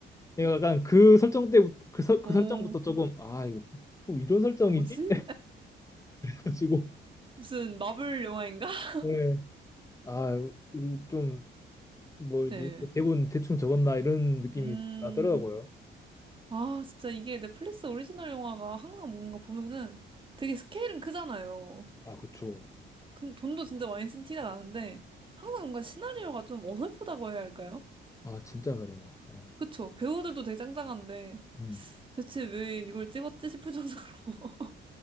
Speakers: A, on the left; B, on the right.
A: 내가 약간 그 설정 때부터 그, 설, 그
B: 어,
A: 설정부터 조금 아 이거 뭐 이런 설정이지?
B: 뭐지?
A: 가지고
B: 무슨 마블 영화인가? <laughs>
A: 네. 아, 좀 뭐지?
B: 네.
A: 대본 대충 적었나 이런 느낌이
B: 음,
A: 나더라고요.
B: 아, 진짜 이게 넷플릭스 오리지널 영화가 항상 뭔가 보면은 되게 스케일은 크잖아요.
A: 아, 그쵸.
B: 근데 돈도 진짜 많이 쓴 티가 나는데 항상 뭔가 시나리오가 좀 어설프다고 해야 할까요?
A: 아, 진짜 그래요. 예
B: 그쵸? 배우들도 되게 짱짱한데
A: 음.
B: 대체 왜 이걸 찍었지 싶을 정도로